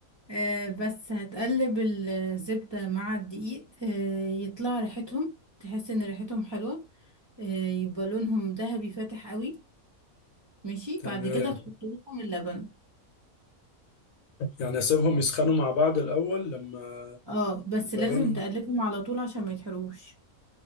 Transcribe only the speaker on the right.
آه بس هتقلب الزبدة مع الدقيق آه يطلع ريحتهم تحس ان ريحتهم حلوة آه يبقى لونهم ذهبي فاتح قوي ماشي
بعد كده تحط لهم اللبن
اه بس
لازم
تقلبهم على طول عشان ما يتحروش